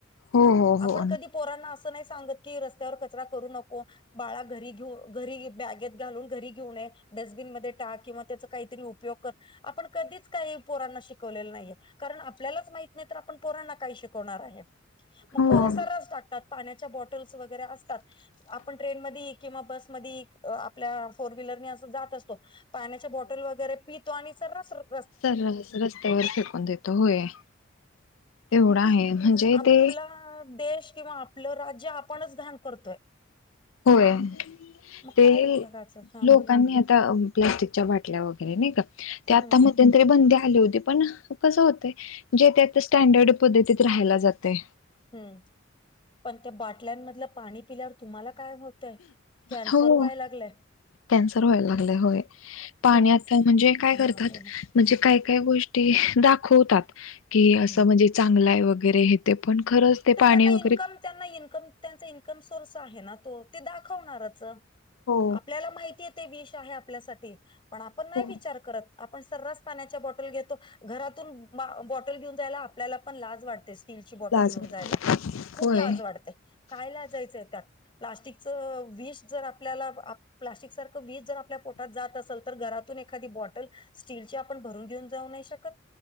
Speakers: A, on the left; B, on the left.
A: हो हो
B: आपण
A: हो
B: कधी पोरांना असं नाही सांगत की, रस्त्यावर कचरा करू नको, बाळा घरी घेऊ घरी बॅगेत घालून घरी घेऊ ने डस्टबिनमध्ये टाक किंवा त्याचा काहीतरी उपयोग कर. आपण कधीच काही पोरांना शिकवलेलं नाहीये, कारण आपल्यालाच माहीत नाही तर आपण पोरांना काय शिकवणार आहे मग
A: हो.
B: पोर सर्रास टाकतात पाण्याच्या बॉटल वगैरे असतात. आपण ट्रेन मध्ये किंवा बस मध्ये आपल्या फोर व्हीलरने अस जात पाण्याच्या बॉटल वगैरे पितो आणि सर्रास र
A: तर रस्त्यावर फेकून देतो होय. तेवढं
B: मग
A: आहे म्हणजे
B: आपला
A: ते
B: देश. किंवा आपलं राज्य आपणच घाण करतोय.
A: होय.
B: मग
A: ते
B: काय उपयोगाचं हा
A: लोकांनी
B: बोला
A: आता प्लास्टिकच्या बाटल्या वगैरे नाही का ते
B: हम्म
A: आता म तेतरी बंदी आली होती पण कसं होत जे ते आ स्टँडर्ड पद्धतीत राहायला जातेय.
B: हम्म पण त्या बाटल्यांमधलं पाणी पिल्यावर तुम्हाला काय होत. तय कॅन्सर
A: हो
B: व्हाय लागलंय.
A: कॅन्सर व्हायला लागलाय होय पाणी
B: तुम
A: आता म्हणजे काय करतात.
B: हा बोला
A: म्हणजे काय काय गोष्टी दाखवतात की असं
B: हम्म
A: म्हणजे. चांगलाय वगैरे हे ते पण खरंच. ते
B: तर
A: पाणी
B: त्यांना
A: वगैरे
B: इन्कम त्यांना इन्कम त्यांचा इन्कम सोर्स आहे ना. ते दाखवणारच
A: हो
B: आपल्याला माहितीय ते विष आहे आपल्यासाठी. पण आपण नाही
A: हो
B: विचार करत. आपण सर्रास पाण्याच्या बॉटल घेतो घरातून बा बॉटल घेऊन जायला आपल्याला पण लाज वाटतेस. स्टीलची बॉटल
A: लाज
B: घेऊन जायला खूप
A: होय
B: लाज वाटते काय लाजायचं त्यात. प्लास्टिकच विष जर आपल्याला आ प्लास्टिक सारखं विष जर आपल्या पोटात जात असेल तर घरातून एखादी बॉटल. स्टील आपण भरून घेऊन जाऊ नाही शकत.